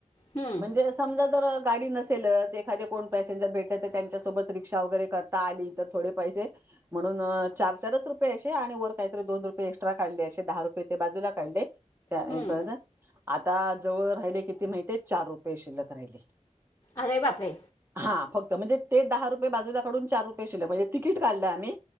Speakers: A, on the left; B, on the right.
A: हम्म
B: म्हणजे सम ज गाडी नसेलच एखादे कोण पॅसेंजर भेटत ते त्यांच्यासोबत रिक्षा वगैरे करता आली तर थोडे म्हणून चार चारच रुपय असे आणि वर काहीत दोन रुपये एक्स्ट्रा काढलेे दहा रुपयेजू ला काढल त्या
A: हम्म
B: पण आता जवळ राहिले किती माहिती चार रुपये शिल्लक राहिली.
A: अरे बापरे.
B: ह फक्तणे ते दहा रुये बाजूलाकडून चार रुपये शिले म्हणजे तिकीट काढलं आम्ही